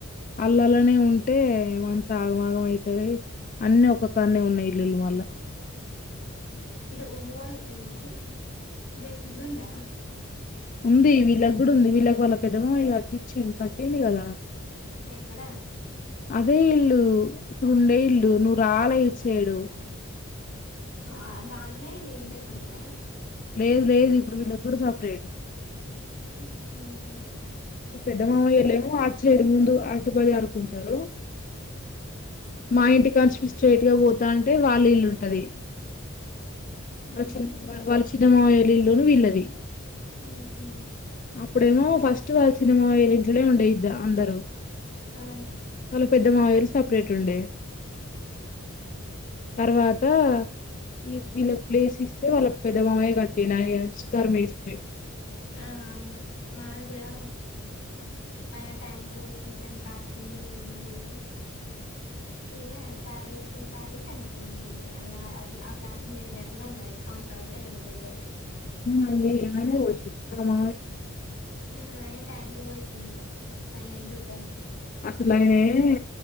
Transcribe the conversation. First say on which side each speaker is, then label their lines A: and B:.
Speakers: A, on the left; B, on the left.
A: అల్లలోనే ఉంటే మంత ఆగమాగం అవుతది అన్నిీ ఒక్కొక్కనే ఉన్నాయి ఇల్లుళ మళ్ళ
B: ఇగ గుమ చి ఇళ్ళకు ఇళ్ళు ఉందా
A: ఉంది వీళ్ళకి కూడా ఉంది వీళ్ళకి వాళ్ళ పెద్ద మామయ్య కట్టించాడు కట్టిండు కదా
B: ఎక్కడ?
A: అదే ఇల్లు ఇప్పుడుండే ఇల్లు నువ్వు రాల ఇటు సైడ్
B: ఆ దాంట్లోనే ఇద్దరు ఉండద
A: లేదు లేదు ఇప్పుడు వీళ్ళకి కూడా సపరేట్.
B: ఉమ్
A: పెద్ద మామ వెళ్ళలేమో అటు సైడ్ ముందు అటు బజార్ పోతారు మా ఇంటికి స్ట్రైట్ గా పోతారంటే వాళ్ళ ఇల్లు ఉంటది
B: హుహు.
A: వాళ్ళ చి వాళ్ళ చిన్న మామా ఇల్లున వీళ్ళది
B: హుహు.
A: అప్పుడేమో ఫస్ట్ చిన్న మామయ్య వల్ల ఇంట్లనే ఉండే ఇద్దా అందరూ
B: ఆ.
A: వాళ్ళ పెద్ద మామయ్య వాళ్ళు సెపరేట్ ఉండే తర్వాత ఈ వీళ్ళకి ప్లేస్ ఇస్తే వాళ్ళ పెద్ద మామయ కట్టిండు ఆయన సుతర్ మేస్తే
B: ఆ అవును మాది కూడా పైన ట్యాంక్ పోసింది దాని ప్లాస్టిన్ తిరిలే ఏం జరిలే ఇక తాగి వేసి తాగి చనిపోయింది అ ఆ ప్లాస్టిన్ జిరిగిన అట్లా ఉంది ఐదు సంవత్సరం అయితే అది పోయబట్టి
A: అ అమ్మీ ఎన ోషి మామ
B: ఆహ్ మా అయ్యా ట్యాంక్ పోసిండు పైన ఇల్లు పైన.
A: అసలుయియె